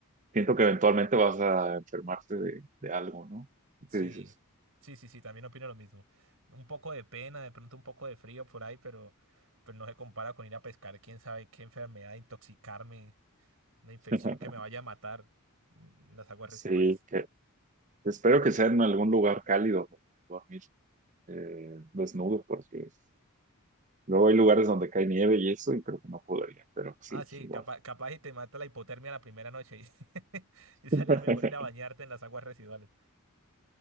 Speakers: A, on the right; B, on the right.
A: siento que eventualmente vas a enfermarte de, de algo, ¿no?
B: Sí,
A: ¿Qué dices?
B: sí, sí, sí, también opino lo mismo. Un poco de pena, de pronto un poco de frío por ahí, pero, pero no se compara con ir a pescar, quién sabe qué enfermedad, intoxicarme, una infección
A: <laughs>
B: que me vaya a matar mm, las aguas
A: Sí,
B: residuales.
A: que espero que sea en algún lugar cálido donde dormir eh, desnudo, porque Luego hay lugares donde cae nieve y eso, y creo que no podría, pero sí,
B: Ah, sí,
A: igual.
B: capa capaz y te mata la hipotermia la primera noche y, <laughs> y salía
A: <laughs>
B: mejor ir a bañarte en las aguas residuales.